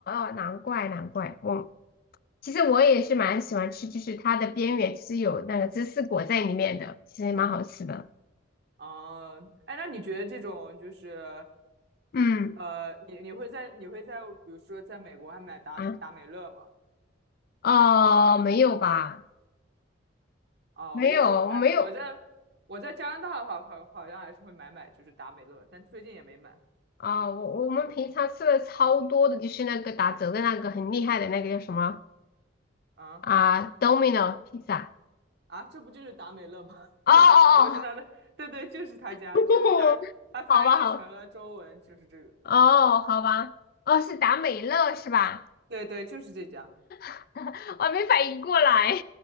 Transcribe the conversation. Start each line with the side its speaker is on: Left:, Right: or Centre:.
Left: 哦，难怪难怪。我其实我也是蛮喜欢吃，就是它的边缘是有那个芝士裹在里面的，其实也蛮好吃的。
Right: 啊、哎，那你觉得这种就是
Left: 嗯
Right: 呃，你你会在你会在比如说在美国还买达达美乐吗？
Left: 啊，哦，没有吧？
Right: 啊、
Left: 没有没有。
Right: 我我感我在我在加拿大的话，好好像还是会买买就是达美乐，但最近也没买
Left: 啊，我我们平常吃的超多的就是那个打折的那个很厉害的那个叫什么
Right: 啊。
Left: 啊？Domino pizza。
Right: 啊，这不就是达美乐吗？
Left: 哦哦
Right: <laughs> 只不过是他的，对对，就是他家，
Left: 哦，
Right: 就是他，
Left: <laughs>
Right: 他翻译成了中文，
Left: 好吧好，
Right: 就是这个，
Left: 哦好吧，哦是达美乐是吧？
Right: 对对，就是这家。
Left: <laughs> 我还没反应过来，